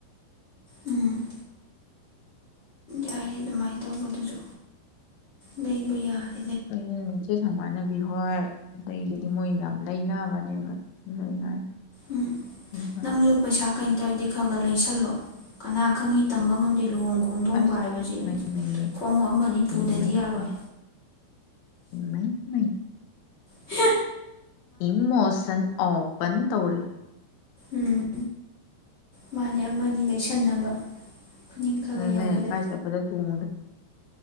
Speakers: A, on the left (about 35°); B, on the left (about 75°).
A: ꯎꯝ ꯌꯥꯏꯌꯦ ꯑꯗꯨꯃꯥꯏꯅ ꯇꯧꯕꯗꯨꯁꯨ ꯂꯩꯕ ꯌꯥꯅꯤ
B: ꯑꯩꯆꯦ ꯁꯃꯅꯕꯤ ꯍꯣꯏ ꯑꯗ ꯍꯥꯏꯗꯤ ꯃꯣꯏ ꯌꯥꯝ ꯂꯩꯅꯕꯅꯦꯕ ꯂꯩꯉꯥꯏ
A: ꯎꯝ
B: ꯍꯣꯏ
A: ꯅꯪꯁꯨ ꯄꯩꯁꯥ ꯀꯩ ꯇꯧꯔꯗꯤ ꯈ ꯈ ꯂꯩꯁꯜꯂꯣ ꯀꯅꯥ ꯈꯪꯉꯤ ꯇꯝꯕ ꯉꯝꯗꯦ ꯂꯨꯍꯣꯡꯕ ꯈꯣꯡꯗꯣꯡꯕ
B: ꯑꯁ
A: ꯍꯥꯏꯕꯁꯤ
B: ꯃꯩ ꯃꯩ
A: ꯈꯣꯡꯎꯞ ꯃꯅꯤꯄꯨꯔꯗꯗꯤ
B: ꯃꯩ
A: ꯌꯥꯔꯣꯏ
B: ꯃꯩ ꯃꯩ ꯃꯩ
A: ꯍꯦ
B: ꯏꯃꯣꯁꯟ ꯑꯣꯐ ꯟ ꯇꯧꯔ
A: ꯎꯝ ꯃꯥꯅꯦ ꯑꯃꯅꯤ ꯂꯩꯁꯟꯅꯕ ꯈꯨꯅꯤꯡ ꯈꯔ
B: ꯑ
A: ꯈꯔ ꯌꯥꯎꯕꯤꯗ
B: ꯂꯩ ꯀꯥꯏ ꯆꯄꯗꯦ ꯇꯨꯡ